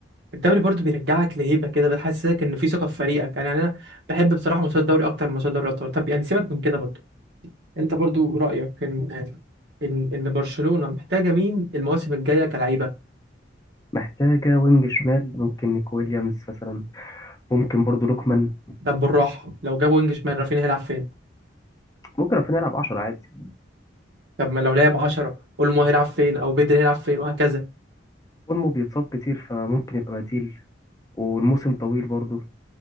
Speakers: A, on the right (about 60°); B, on the left (about 20°).
A: الدوري برضو بيرجعك لهيبه كده بيحسسك ان في ثقه في فريقك يعني انا بحب بصراحه ماتشات الدوري اكتر من ماتشات دوري الابطال طب يعني سيبك من كده برضو انت برضو رايك ان ان ان برشلونه محتاجه مين المواسم الجايه كلعيبه
B: محتاجة وينج شمال ممكن نيكو ويليامز مثلا ممكن برضه لوكمان
A: طب بالراحه لو جابوا وينج شمال رافينيا هيلعب فين
B: ممكن رافينيا يلعب 10 عادي
A: طب ما لو لعب 10 اولمو هيلعب فين او بدري هيلعب فين وهكذا
B: اولمو بيتصاب كتير فممكن يبقى بديل والموسم طويل برضه